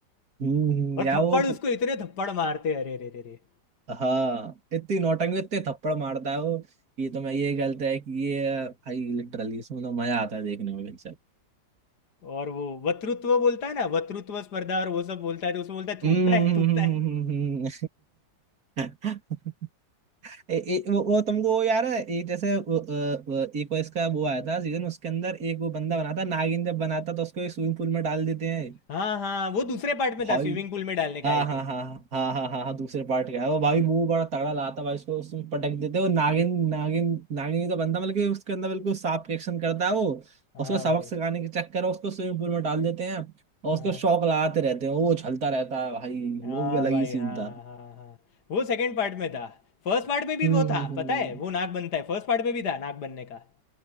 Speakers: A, on the right; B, on the left.
A: हम्म हम्म,
B: और
A: या
B: थप्पड़
A: वो
B: उसको इतने थप्पड़ मारते हैं, अरे रे रे रे
A: हाँ इतनी नौटंकी इतने थप्पड़ मारता है वो ये तो मैं ये गलत है कि ये भाई लिटरली इसमें तो मजा आता है देखने में पिक्चर
B: और वो वक्तृत्व बोलता है ना वक्तृत्व स्पर्धा और वो सब बोलता है तो उसमें बोलता है थूकता
A: हम्म,
B: है थूकता है
A: <laughs> ए, ए, वो, वो तुमको वो यार है एक जैसे वो, अ, वो, एक वो इसका वो आया था सीजन उसके अंदर एक वो बंदा बनाता नागिन जब बनाता तो उसको एक स्विमिंग पूल में डाल देते हैं
B: हाँ हाँ वो दूसरे पार्ट में
A: भाई
B: था स्विमिंग पूल में डालने का
A: हाँ
B: आई
A: हाँ
B: थिंक
A: हाँ हाँ हाँ हाँ हाँ हाँ, दूसरे पार्ट का है वो भाई मुंह बड़ा तगड़ा लाता भाई उसको उसमें पटक देते हैं। वो नागिन नागिन नागिन ही तो बनता मतलब कि उसके अंदर बिल्कुल सांप के एक्शन करता है वो
B: हाँ
A: उसको सबक
B: भाई
A: सिखाने के चक्कर में उसको स्विमिंग पूल में डाल देते हैं और
B: हाँ
A: उसको शौक लगाते रहते हैं वो उछलता रहता है भाई
B: हाँ
A: वो भी अलग
B: भाई
A: ही सीन
B: हाँ
A: था
B: हाँ हाँ वो सेकंड पार्ट में था फर्स्ट पार्ट में भी
A: हम्म
B: वो
A: हम्म
B: था पता है वो नाक बनता है फर्स्ट पार्ट में भी था नाक बनने का